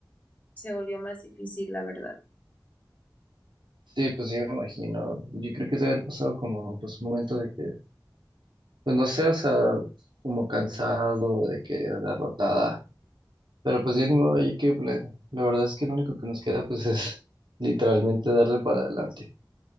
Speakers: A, on the left (about 20°); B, on the right (about 80°).
A: se volvió más difícil, la verdad.
B: Sí, pues sí, me imagino. Yo creo que debe haber pasado como, pues, un momento de que, pues, no sé, o sea, como cansado, de que derrotada. Pero pues ya ni modo, hay que, pla- la verdad es que lo único que nos queda, pues, <laughs> es literalmente darle para adelante,